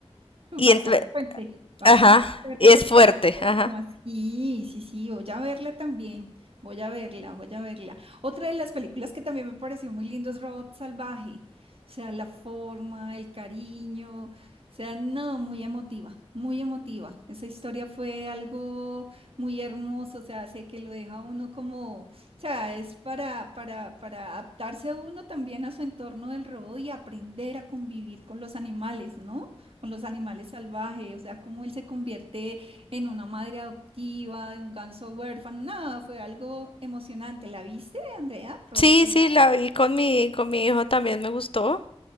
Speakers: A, on the right; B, on the left.
A: Bastante
B: Y entonces,
A: fuerte, bastante
B: ajá,
A: fuerte
B: es
A: porque
B: fuerte,
A: pues, de todas
B: ajá.
A: formas, sí, sí, sí, voy a verla también, voy a verla, voy a verla. Otra de las películas que también me pareció muy lindo es Robot Salvaje, o sea, la forma, el cariño, o sea, no, muy emotiva, muy emotiva. Esa historia fue algo muy hermoso, o sea, sé que lo deja a uno como, o sea, es para, para, para adaptarse uno también a su entorno del robot y aprender a convivir con los animales, ¿no? con los animales salvajes, o sea, cómo él se convierte en una madre adoptiva de un ganso huérfano. Nada, fue algo emocionante. ¿La viste, Andrea? Rod
B: Sí,
A: salvaje.
B: sí, la vi con mi, con mi hijo también me gustó.